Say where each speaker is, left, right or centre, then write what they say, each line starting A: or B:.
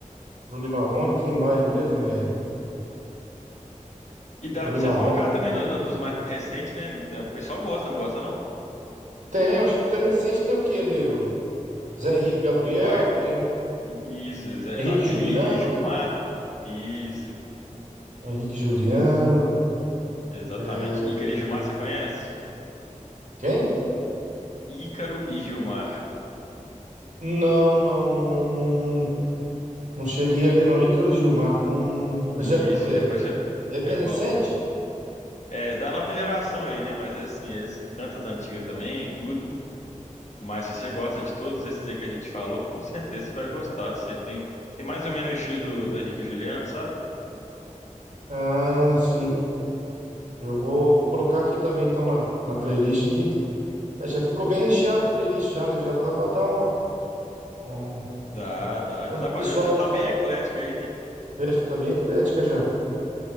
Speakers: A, on the right; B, on the left.
A: Bruno e Marrone, quem mais mesmo? É...
B: E dá
A: Bruno
B: pra
A: e
B: você
A: Marrone.
B: focar também no- no- nos mais recentes, né? No- é, o pessoal gosta, não gosta, não?
A: Tem, acho que tá recente tem o que ali? O Zé Henrique Gabriel,
B: White,
A: tem o
B: isso, Zé,
A: Henrique
B: aquele
A: Juliano,
B: Ícaro e Gilmar,
A: né?
B: isso.
A: Henrique Juliano.
B: Exatamente.
A: é,
B: Ícaro e Gilmar, você conhece?
A: Quem?
B: Ícaro e Gilmar.
A: Não, não, não, não, não, não cheguei a ver, não. Ícaro Gilmar. Não... Mas
B: Isso,
A: é,
B: depois
A: é,
B: você-
A: é bem
B: é
A: recente?
B: bom. É, da nova geração aí, né? Mas assim, eles cantam as antigas também, tudo. Mas se você gosta de todos esses aí que a gente falou, com certeza você vai gostar. Assim, tem, tem mais ou menos o estilo do, do Henrique e Juliano, sabe?
A: Ah, sim. Eu vou, vou colocar aqui também, então, na, na playlist aqui. É, já ficou bem recheado a playlist já, né? Já dá pra dar uma... um...
B: Dá, dá.
A: O
B: Já dá pra,
A: pessoal
B: já, já
A: ali
B: tá
A: já
B: bem eclética aí, né?
A: É, já tá bem eclética já.